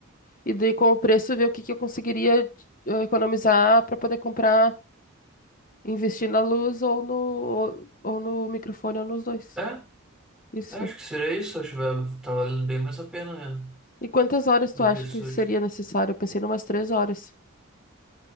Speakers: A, on the left; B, in the centre.
A: E daí, com o preço, ver o que, que eu conseguiria eh, economizar para poder comprar, investir na luz ou no, ou, ou no microfone ou nos dois.
B: É,
A: Isso,
B: Eu acho
A: né?
B: que seria isso, acho que vai- tá valendo bem mais a pena, né,
A: E quantas horas
B: do
A: tu acha
B: que o estúdio.
A: que seria necessário? Eu pensei em umas três horas.